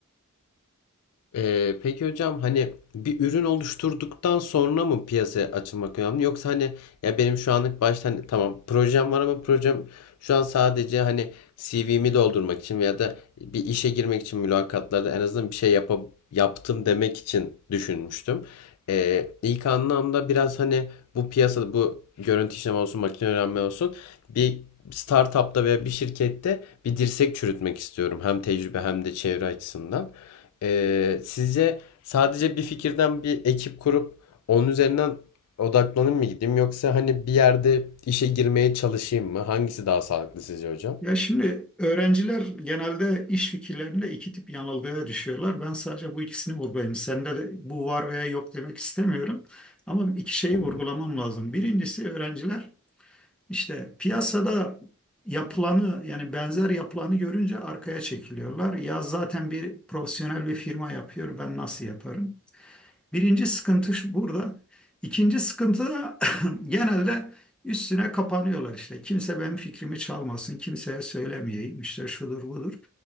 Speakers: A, on the left (about 75°); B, in the centre.
A: Ee, peki hocam hani bir ürün oluşturduktan sonra mı piyasaya açılmak önemli yoksa hani ya benim şu anlık başta hani tamam projem var ama projem şu an sadece hani CV'mi doldurmak için veya da bir işe girmek için mülakatlarda en azından bir şey yapa, yaptım demek için düşünmüştüm. Ee, ilk anlamda biraz hani bu piyasada bu görüntü işleme olsun makine öğrenme olsun bir startupta veya bir şirkette bir dirsek çürütmek istiyorum hem tecrübe hem de çevre açısından. Ee, sizce sadece bir fikirden bir ekip kurup onun üzerinden odaklanıp mı gideyim yoksa hani bir yerde işe girmeye çalışayım mı? Hangisi daha sağlıklı sizce hocam?
B: Ya şimdi öğrenciler genelde iş fikirlerinde iki tip yanılgıya düşüyorlar. Ben sadece bu ikisini vurgulayayım. Sende de bu var veya yok demek istemiyorum. Ama iki şeyi
A: Tamam.
B: vurgulamam lazım. Birincisi öğrenciler İşte piyasada yapılanı yani benzer yapılanı görünce arkaya çekiliyorlar. Ya zaten bir profesyonel bir firma yapıyor ben nasıl yaparım? Birinci sıkıntı şu- burada. İkinci sıkıntı da <laughs> <clears throat> genelde üstüne kapanıyorlar işte. Kimse benim fikrimi çalmasın, kimseye söylemeyeyim işte şudur budur.